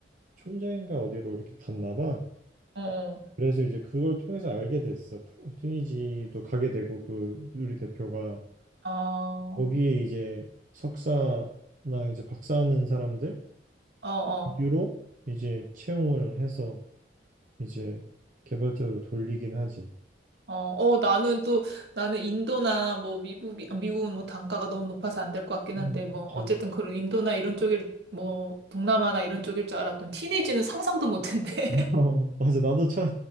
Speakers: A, on the right; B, on the right.
A: 총장인가 어디로 이렇게 갔나 봐.
B: 어, 어,
A: 그래서 이제 그걸 통해서 알게 됐어. 튀니지도 가게 되고 그 우리 대표가
B: 어,
A: 거기에 이제 석사나 이제 박사하는 사람들
B: 어, 어.
A: 유로 이제 채용을 해서 이제 개발자로 돌리긴 하지.
B: 어, 어, 나는 또, 나는 인도나 뭐 미국이, 아, 미국은 뭐 단가가 너무 높아서 안 될 것 같긴
A: 음,
B: 한데, 뭐
A: 그치.
B: 어쨌든 그런 인도나 이런 쪽일, 뭐 동남아나 이런 쪽일 줄 알았던 티니지는 상상도 못 했네. <laughs>
A: <laughs> 어, 맞아. 나도 처음